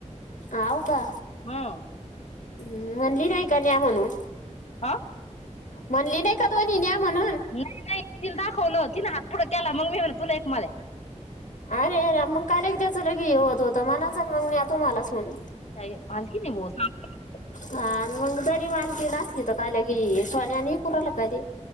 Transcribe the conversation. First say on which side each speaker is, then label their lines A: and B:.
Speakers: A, on the left; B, on the left.
A: आव का.
B: हम्म.
A: म्हणली नाही का न्या म्हणून
B: हा.
A: म्हणली नाही का दोन्हीं न्या म्हणून?
B: नाही नाही. तिला दाखवलं तिनं हात पुढ केला मग मी म्हणल, तुला एक. मला एक.
A: अरे मग काल एक त्याच लगे हे होतं होत. म्हणाच ना मग ने तुम्हाला सून
B: नाही. मालकीण आहे बुआ ती.
A: हा जरी मालकीण असली तरी काय लगि सोन्याने हे करू लगे.